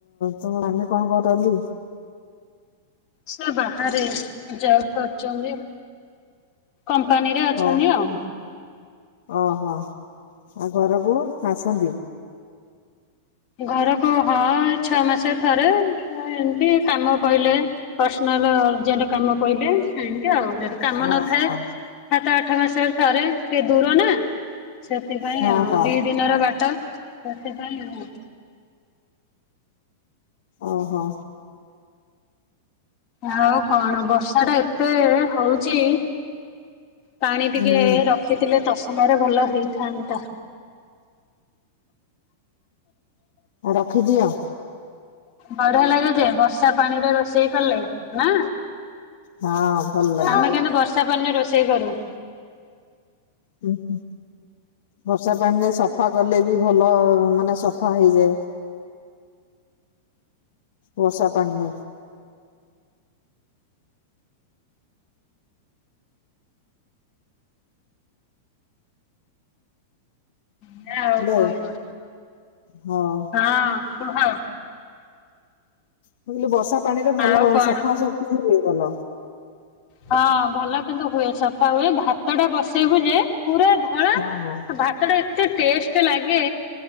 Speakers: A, on the left; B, on the left.
A: ତୁମ ମାମି କଣ କରନ୍ତି?
B: ସେ ବାହାରେ ଜବ କରୁଛନ୍ତି। କମ୍ପାନୀରେ ଅଛନ୍ତି
A: ଓ
B: ଆଉ।
A: ଓହୋ ଆଉ ଘରକୁ ଆସନ୍ତି?
B: ଘରକୁ ହଁଏଇ ଛଅ ମାସ ଥରେ ଏମିତି କାମ ପଇଲେ। ପର୍ସନାଲ ଅର୍ଜେଣ୍ଟ କାମ ପଇଲେ ହିନ୍ତି ଆଉ। କାମ
A: ଓହୋ
B: ନଥାଏ ସାତ ଆଠ ମାସରେ ଥରେ ସେ ଦୂର ନା। ସେଥିପାଇଁ
A: ହଁ
B: ଆଉ
A: ହଁ।
B: ଦିଇ ଦିନର ବାଟ ସେଥିପାଇଁ ହଁ।
A: ଓହୋ।
B: ଆଉ କଣ ବର୍ଷାଟା ଏତେ ହଉଚି। ପାଣି ଟିକେ
A: ହୁଁ
B: ରଖିଥିଲେ ତସଲାରେ ଭଲ ହେଇଥାନ୍ତା।
A: ରଖିଦିଅ।
B: ବଢିଆ ଲାଗେ ଯେ ବର୍ଷା ପାଣିରେ ରୋଷେଇ କଲେ ନା।
A: ହଁ ଭଲ ଲାଗେ।
B: ଆମେ କିନ୍ତୁ ବର୍ଷା ପାଣିରେ ରୋଷେଇ କରୁ।
A: ଉଁ ହୁଁ ବର୍ଷା ପାଣିରେ ସଫା କଲେ ବି ଭଲ ମାନେ ସଫା ହେଇଯାଏ ବର୍ଷା ପାଣିରେ।
B: ନାଁ ଆଉ
A: ହ୍ୟାଲୋ
B: କଣ।
A: ହଁ ମୁଁ
B: ହଁ କୁହ।
A: ମୁଁ କହିଲି ବର୍ଷା ପାଣିରେ ଭଲ
B: ଆଉ
A: ବ
B: କଣ?
A: ସଫା ସଫି ହୁଏ ଭଲ।
B: ହଁ ଭଲ କିନ୍ତୁ ହୁଏ ସଫା ହୁଏ ଭାତଟା ବସେଇବୁ ଯେ ପୁରା ଧଳା।
A: ହଁ।
B: ଭାତଟା ଏତେ ଟେଷ୍ଟ ଲାଗେ।